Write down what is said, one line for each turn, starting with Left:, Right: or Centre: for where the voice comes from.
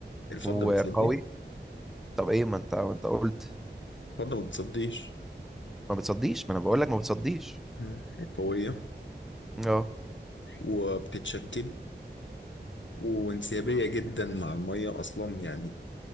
Left: الفضة
Centre: وقوي
Left: بتصدي
Centre: طب ايه ما انت ما انت قلت
Left: الفضة ما بتصديش
Centre: ما بتصديش ما انا بقول لك ما بتصديش
Left: مم. وقوية
Centre: اه
Left: وبتتشكل وانسيابية جدا مع المية أصلا يعني